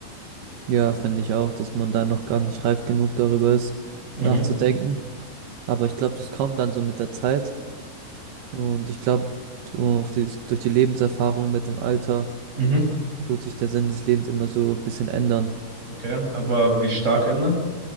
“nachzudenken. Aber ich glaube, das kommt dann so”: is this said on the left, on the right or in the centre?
Right